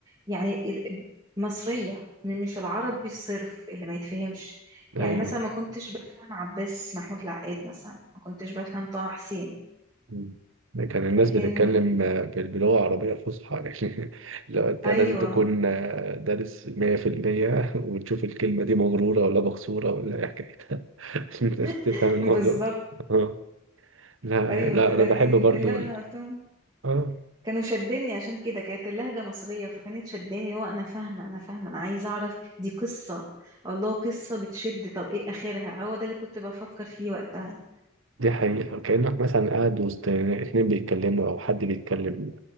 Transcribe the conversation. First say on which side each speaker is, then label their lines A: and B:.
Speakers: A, on the right; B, on the right.
A: يعني ال- مصرية م- مش العربي الصرف اللي ما يتفهمش
B: ايوه
A: يعني مثلا ما كنتش بفهم عباس محمود العقاد مثلا ما كنتش بفهم طه حسين
B: مم. كان الناس
A: لكن
B: بتتكلم آه، بال- بلغة عربية فصحى <laughs> يعني لو أنت
A: ايوه
B: لازم تكون آه، دارس 100% <laughs> وتشوف الكلمة دي مغرورة ولا مكسورة ولا إيه حكايتها <laughs> عشان
A: <laughs>
B: تفهم الموضوع
A: بالظبط
B: آه. لا
A: ايوه
B: لا أنا
A: لكن
B: بحب برضو
A: اللي انا
B: ال-
A: قلتهم
B: آه
A: كانوا شدني عشان كده كانت اللهجه مصريه فكانت شداني اللي هو انا فاهمه انا فاهمه انا عايزه اعرف دي قصه الله قصه بتشد طب ايه اخرها هو ده اللي كنت بفكر فيه وقتها
B: دي حقيقة كأنك مثلا قاعد وسط اتنين بيتكلموا أو حد بيتكلم